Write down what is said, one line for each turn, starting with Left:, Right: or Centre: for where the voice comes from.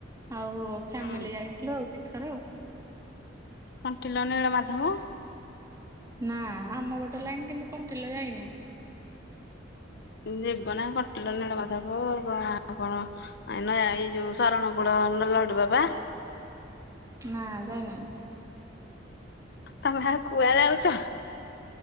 Right: ଆଉ ଫ୍ୟାମିଲି
Left: ହୁଁ
Right: ଯାଇଥିଲୁ ଆଉ ଦିଥର।
Left: କଣ୍ଟିଲ ନୀଳମାଧବ?
Right: ନା ଆମ ପଟ ଲାଇନ୍ କିନ୍ତୁ କଣ୍ଟିଲା ଯାଇନି।
Left: ଯିବ ନା କଟିଲ ନୀଳମାଥାବ ଆ କଣ ଆଇ ନା ଯାଇ ଯୋଉ ସାରଣ କୂଳ ନଲଡୁ ବାବା।
Right: ନା ଯାଇନି।
Left: ତମେ ଆଉ କୁଆ ଯାଉଛ